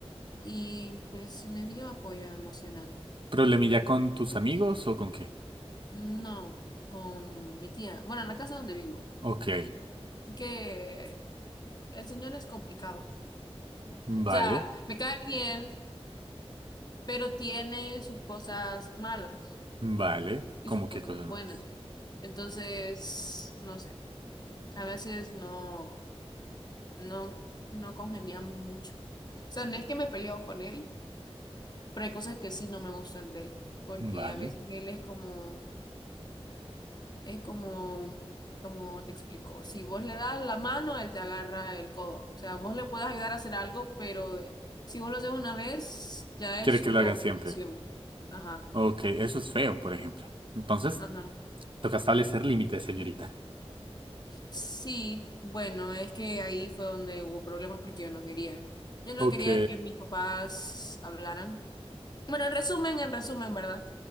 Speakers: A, on the left; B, on the right.
A: y pues me dio apoyo emocional.
B: ¿Problemilla con tus amigos o con qué?
A: No, con mi tía. Bueno, en la casa donde vivo.
B: Ok,
A: Que el señor es complicado.
B: vale,
A: O sea, me cae bien, pero tiene sus cosas malas
B: vale.
A: y
B: ¿Cómo
A: sus
B: qué
A: cosas
B: cosas
A: no buenas.
B: más?
A: Entonces, no sé. A veces no, no, no congeniamos mucho. O sea, no es que me peleo con él, pero hay cosas que sí no me gustan de él. Porque
B: Vale.
A: a veces él es como Es como, como te explico, si vos le das la mano, él te agarra el codo. O sea, vos le puedes ayudar a hacer algo, pero eh, si vos lo haces una vez, ya
B: Quiere
A: es
B: que
A: tu
B: lo haga
A: obligación.
B: siempre.
A: Ajá,
B: Ok, eso es feo, por ejemplo. Entonces,
A: ajá.
B: toca establecer límites, señorita.
A: Sí, bueno, es que ahí fue donde hubo problemas porque yo no quería. Yo no
B: Ok.
A: quería que mis papás hablaran. Bueno, en resumen, en resumen, ¿verdad?